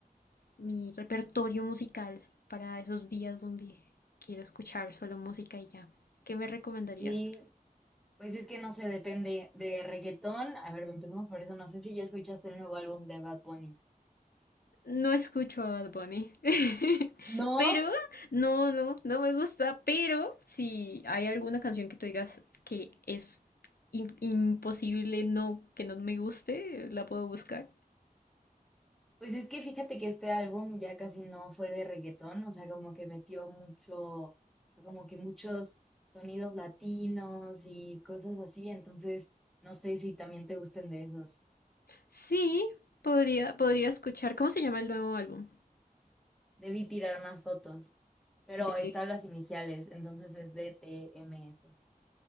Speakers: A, on the left; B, in the centre.
A: mi repertorio musical para esos días donde quiero escuchar solo música y ya. ¿Qué me recomendarías?
B: Sí, pues es que no sé, depende de reggaetón. A ver, empecemos por eso. No sé si ya escuchaste el nuevo álbum de Bad Bunny.
A: No escucho a Bad Bunny. <laughs>
B: No,
A: Pero, no, no, no me gusta. Pero, si hay alguna canción que tú digas que es im- imposible no, que no me guste, la puedo buscar.
B: Pues es que fíjate que este álbum ya casi no fue de reggaetón, o sea, como que metió mucho, como que muchos sonidos latinos y cosas así, entonces no sé si también te gusten de esos.
A: Sí, podría, podría escuchar. ¿Cómo se llama el nuevo álbum?
B: Debí tirar más fotos, pero
A: De...
B: están las iniciales, entonces es D T M DTMF.